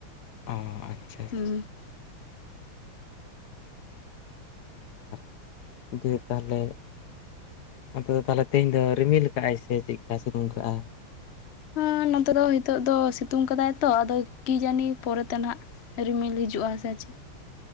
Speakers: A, on the left; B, on the left.
A: ᱚᱸᱻ ᱟᱪᱪᱷᱟ᱾
B: ᱩᱸ᱾
A: ᱟᱪᱪᱷᱟ ᱟᱨ ᱫᱤᱭᱮ ᱛᱟᱦᱚᱞᱮᱼᱼᱼ ᱚᱱᱛᱮ ᱫᱚ ᱛᱟᱦᱚᱞᱮ ᱛᱮᱦᱮᱧ ᱫᱚ ᱨᱤᱢᱤᱞ ᱠᱟᱜ-ᱟᱭ, ᱥᱮ ᱪᱮᱜ ᱠᱟ ᱥᱤ ᱱᱚᱝᱠᱟᱜᱼᱟ?
B: ᱚᱸᱻ ᱱᱚᱛᱮ ᱫᱚ ᱦᱤᱸᱛᱚᱜ ᱫᱚ ᱥᱤᱛᱩᱝ ᱠᱟᱫᱟᱭ ᱛᱚ ᱟᱫᱚ ᱠᱤ ᱡᱟᱹᱱᱤ ᱯᱚᱨᱮ ᱛᱮ ᱱᱟᱦᱟᱸᱼᱜᱼᱼ ᱨᱤᱢᱤᱞ ᱦᱤᱡᱩᱜ-ᱟ, ᱥᱮ ᱪᱮᱜ?